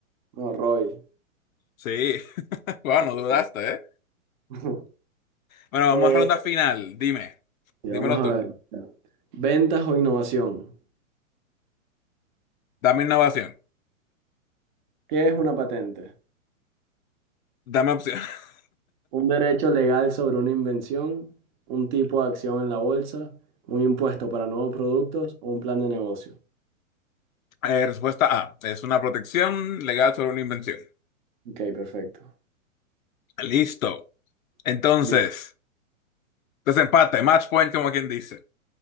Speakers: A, on the right; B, on the left.
A: No, Roy.
B: Sí, <laughs> bueno,
A: Ok.
B: dudaste, ¿eh?
A: <laughs>
B: Bueno, vamos
A: Eh,
B: a ronda final. Dime,
A: sí,
B: dímelo
A: vamos a
B: tú.
A: ver. Ventas o innovación.
B: Dame innovación.
A: ¿Qué es una patente?
B: Dame opción. <laughs>
A: Un derecho legal sobre una invención, un tipo de acción en la bolsa, un impuesto para nuevos productos o un plan de negocio.
B: Eh, respuesta A. Es una protección legal sobre una invención.
A: Ok, perfecto.
B: Listo. Entonces,
A: Listo.
B: desempate, match point, como quien dice.